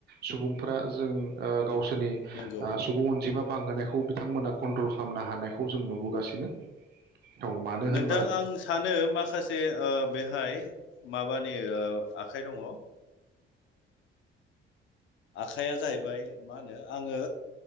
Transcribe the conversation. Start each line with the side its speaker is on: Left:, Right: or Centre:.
Right: सुबुंफ्रा जों आ गावसोरनि
Left: नंगौ
Right: आ सुबुं अनजिमा बांहोनायखौ बिथांमोना नट्रल खालामनो हानायखौ जों नुबोगासिनो औ मानो होन
Left: दा आं सानो माखासे ओ बेहाय माबानि ओ आखाइ दङ ओ आखाइया जाहैबाय मा होनो आङो